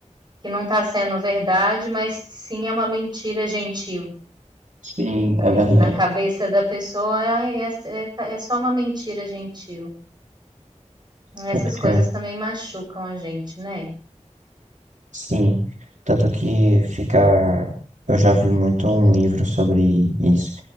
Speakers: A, on the right; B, on the right.
A: que não está sendo verdade, mas que sim é uma mentira gentil,
B: Sim,
A: né,
B: é verdade.
A: que na cabeça da pessoa "Ah, é, é, tá- é só uma mentira gentil. Essas
B: Tanto
A: coisas
B: que,
A: também machucam a gente, né?
B: sim, tanto que fica. Eu já vi muito um livro sobre isso,